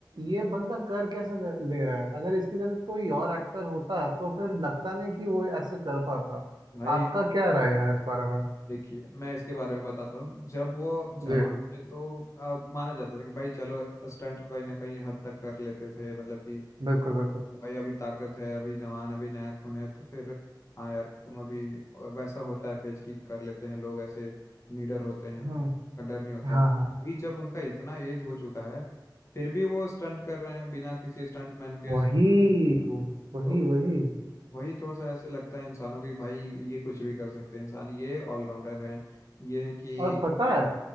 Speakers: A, on the right; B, on the left.
A: ये बंदा कर कैसे ले ले रहा है अगर इसकी जगह कोई और एक्टर होता तो फिर लगता नहीं कि वो ऐसे कर पाता
B: भाई
A: आपका क्या राय है इस बारे में
B: देखिए मैं इसके बारे में बताता हूँ जब वो जवान
A: जी
B: थे तो आ, माना जाता था कि भाई चलो स्टंट कहीं ना कहीं हद तक कर लेते थे मतलब कि
A: बिल्कुल बिल्कुल
B: भाई अभी ताकत है अभी जवान अभी नया खून है तो फिर हाँ यार तुम अभी वैसा होता है फेज की कर लेते हैं लोग ऐसे निडर होते हैं
A: हम्म
B: का डर नहीं होता
A: हाँ
B: बट
A: हाँ
B: अभी जब उनका इतना एज हो चुका है फिर भी वो स्टंट कर रहे हैं बिना किसी स्टंट मैन के
A: वही वही
B: तो
A: वही
B: वही थोड़ा सा ऐसे लगता है इंसानों को कि भाई ये कुछ भी कर सकते हैं इंसान ये ऑलराउंडर हैं ये है कि
A: और पता है